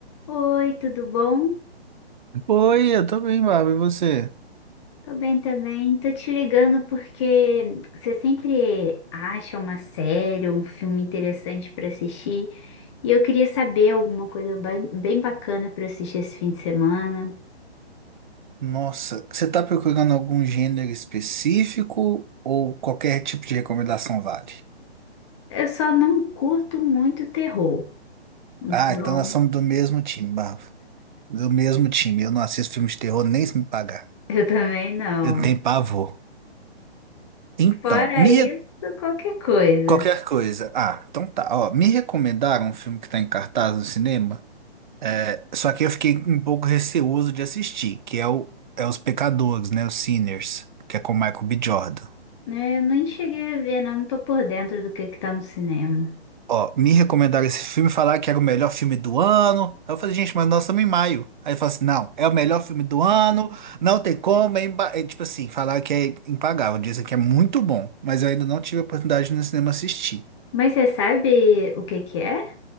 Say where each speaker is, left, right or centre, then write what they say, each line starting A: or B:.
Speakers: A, on the left; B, on the right.
A: Oi, tudo bom?
B: Oi, eu tô bem, Bárbara. E você?
A: Tô bem também. Tô te ligando porque você sempre acha uma série ou um filme interessante pra assistir e eu queria saber alguma coisa bem, bem bacana pra assistir esse fim de semana.
B: Nossa, você tá procurando algum gênero específico ou qualquer tipo de recomendação vale?
A: Eu só não curto muito terror, então
B: Ah, então nós somos do mesmo time, Bárbara. Do mesmo time. Eu não assisto filme de terror nem se me pagar.
A: <laughs> eu também não.
B: Eu tenho pavor. Então,
A: Fora
B: me...
A: isso,
B: re-
A: qualquer coisa.
B: qualquer coisa. Ah, então tá. Ó, me recomendaram um filme que tá em cartaz no cinema, só que eu fiquei um pouco receoso de assistir, que é o é Os Pecadores, né? Os Sinners, que é com o Michael B. Jordan.
A: É, eu nem cheguei a ver, não, não tô por dentro do que que tá no cinema.
B: Ó, me recomendaram esse filme, falaram que era o melhor filme do ano. Aí eu falei, gente, mas nós estamos em maio. Aí ele falou assim, não, é o melhor filme do ano, não tem como, é, imba- é, tipo assim, falaram que é impagável, dizem que é muito bom, mas eu ainda não tive a oportunidade de ir no cinema assistir.
A: Mas você sabe o que que é?